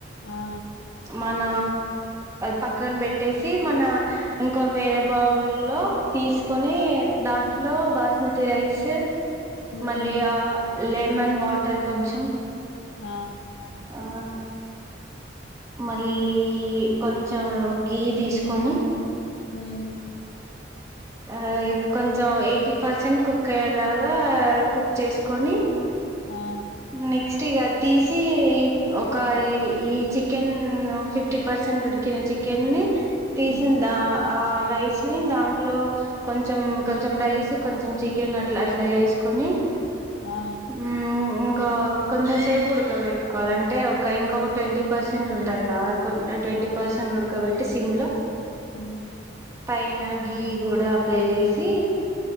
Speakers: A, on the left; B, on the right.
A: ఆ
B: మన పక్కన పెట్టేసి మన ఇంకో వేరే బౌల్లో తీసుకొని దాంట్లో బాస్మతి రైస్
A: మ్మ్
B: మళ్ళీ ఆ లెమన్ వాటర్ కొంచెం
A: ఆ
B: ఆ మళ్ళీ కొంచెం గీ తీసుకొని
A: మ్మ్
B: ఆ ఇక కొంచెం ఎయిటీ పర్సెంట్ కుక్ అయ్యేలాగా కుక్ చేసుకొని
A: ఆ
B: నెక్స్ట్ టీగా తీసి ఒక ఈ చికెన్ ఫిఫ్టీ పర్సెంట్ ఉడికిన చికెన్ ని తీసిందా
A: మ్మ్
B: ఆ రైస్ స్ని దాంట్లో కొంచెం కొంచెం రైస్ కొంచెం చికెన్ అట్లా అట్లా ఏసుకొని
A: ఆ
B: ము ఉ కా కొంచెం సేపు ఉడక పెట్టుకోవాలి అంటే ఒక ఇంకొక ట్వంటీ పర్సెంట్ ఉంటది కద ట్వంటీ పర్సెంట్ ఉడకబెట్టి సిమ్ లో
A: హు
B: అయినా గీ కూడా అప్లై చేసి